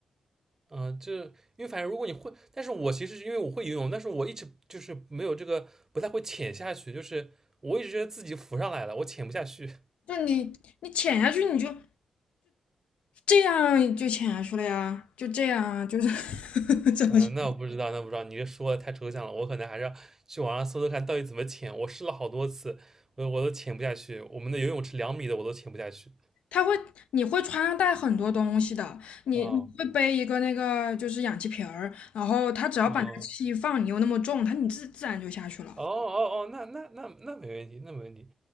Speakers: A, on the right; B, on the left.
A: 嗯、就因为反正如果你会，但是我其实是因为我会游泳，但是我一直就是没有这个，不太会潜下去，就是我一直觉得自己浮上来了，我潜不下去。
B: 就你你潜下去你就这样就潜下去了呀，就这样啊，就是 <laughs> 怎么去？
A: 嗯，那我不知道，那我不知道，你这说的太抽象了，我可能还是要去网上搜搜看到底怎么潜。我试了好多次，我我都潜不下去，我们的游泳池两米的我都潜不下去。
B: 他会你会穿戴很多东西的，你你会背一个那个就是氧气瓶儿，
A: 哦，
B: 然后他只要把那个气一放，
A: 哦，
B: 你又那么重，他你自自然就下去了。
A: 哦哦哦，那那那那没问题，那没问题，